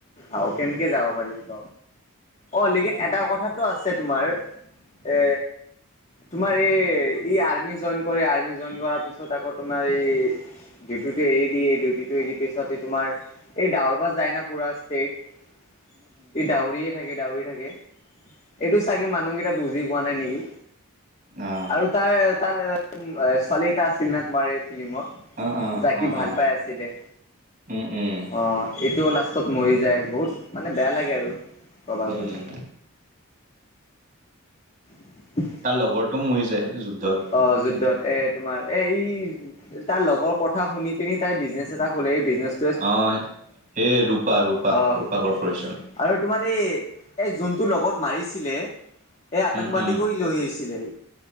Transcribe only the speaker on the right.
অ',
অ', অ',
অ',
অ',
উম, উম,
উম,
তাৰ লগৰটোও মৰি যায় যুদ্ধত।
অ' সেয়ে ৰূপা, ৰূপা-
ৰূপা কৰ্পৰেচন।
উম, উম,